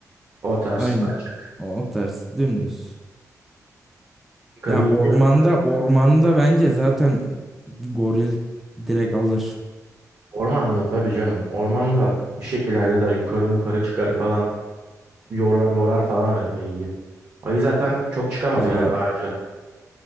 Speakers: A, on the right; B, in the centre.
A: O tarz
B: Aynen
A: açık.
B: o, o tarz dümdüz.
A: Kanka
B: Ya
A: Bilmiyorum.
B: ormanda
A: ben
B: ormanda
A: de.
B: bence zaten goril direkt alır.
A: Ormanlı tabii canım. Ormanda bir şekilde halleder. Yukarı mukarı çıkar falan. Yorar, yorar falan ay- ayıyı. Ayı zaten çok çıkamaz
B: Ya
A: galiba ağaca.